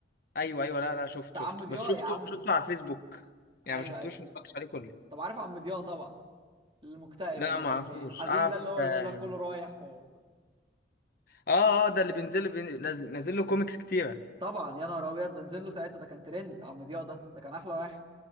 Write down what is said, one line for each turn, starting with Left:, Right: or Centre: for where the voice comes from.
Left: ايوه ايوه لا لا شفت
Right: بتاع
Left: شفته
Right: عم ضياء
Left: بس شفته
Right: يا عم
Left: شفته على الفيسبوك يعني
Right: ايوه
Left: ما شفتوش
Right: ايوه
Left: ما اتفرجتش عليه كله
Right: طب عارف عم ضياء طبعا المكتئب
Left: لا
Right: اللي
Left: ما
Right: كان
Left: اعرفوش
Right: بي... الحزين
Left: اعرف
Right: ده اللي هو
Left: اه
Right: بيقول لك كله رايح و...
Left: اه آه، ده اللي بينزل بين... نازل نازل له كوميكس كتيرة
Right: طبعا يا نهار ابيض ده نزل له ساعتها ده كان ترند عم ضياء ده ده كان احلى واحد